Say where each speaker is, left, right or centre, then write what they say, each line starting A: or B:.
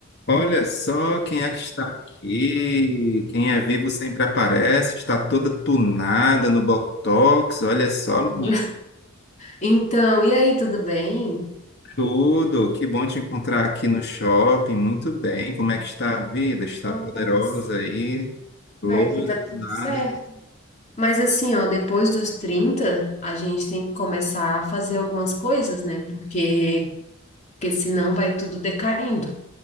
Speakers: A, on the left (about 55°); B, on the left (about 35°).
A: Olha só quem é que está aqui. Quem é vivo sempre aparece. Está toda tunada no Botox. Olha só,
B: Como?
A: menina.
B: Então, e aí, tudo bem?
A: Tudo. Que bom te encontrar aqui no shopping. Muito bem. Como é que está a vida? Está
B: Nossa,
A: poderosa aí? Loura,
B: Ai, aqui tá tudo
A: tunada.
B: certo. Mas assim, ó, depois dos 30 a gente tem que começar a fazer algumas coisas, né? Porque, porque senão vai tudo decaindo.